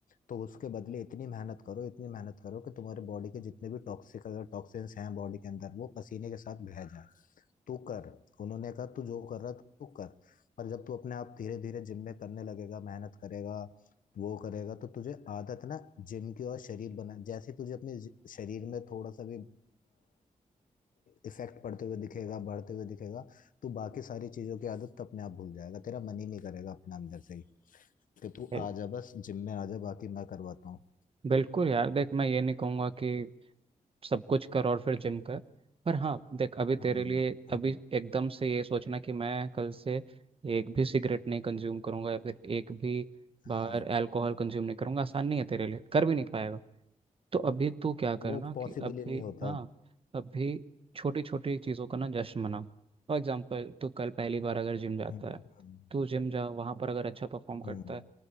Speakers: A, on the left; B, on the right.
A: तो उसके बदले इतनी मेहनत करो इतनी मेहनत करो कि तुम्हारे बॉडी के जितने भी टॉक्सिक अगर टॉक्सिन्स हैं बॉडी के अंदर वो पसीने के साथ बह जाए तू कर उन्होंने कहा तू जो कर रहा है तू कर पर जब तू अपने आप धीरे धीरे जिम में करने लगेगा मेहनत करेगा वो करेगा तो तुझे आदत ना जिम की और शरीर बना जैसे तुझे अपने ज- शरीर में थोड़ा सा भी इफेक्ट पड़ते हुए दिखेगा बढ़ते हुए दिखेगा तो बाकी सारी चीजों की आदत तो अपने आप भूल जाएगा तेरा मन ही नहीं करेगा अपने अंदर से ही कि तू
B: है।
A: आ जा बस जिम में आ जा बाकी मैं करवाता हूँ
B: बिल्कुल यार देख मैं ये नहीं कहूँगा कि सब कुछ कर और फिर जिम कर पर हाँ देख अभी तेरे
A: हाँ
B: लिए
A: हम्म,
B: अभी एकदम से ये सोचना कि मैं कल से एक भी सिगरेट नहीं कंज्यूम करूंगा या फिर एक भी
A: हाँ
B: बार अल्कोहल कंज्यूम नहीं करूंगा आसान नहीं है तेरे लिए कर भी नहीं पाएगा तो
A: वो
B: अभी तो क्या करना
A: वो पॉसिबल
B: कि अभी
A: ही नहीं होता
B: हाँ अभी छोटी छोटी चीज़ों का ना जश्न मना फॉर एग्जाम्पल तू कल पहली बार अगर जिम जाता
A: हम्म
B: है
A: हम्म
B: तू जिम जा वहाँ पर अगर अच्छा परफॉर्म करता
A: हम्म
B: है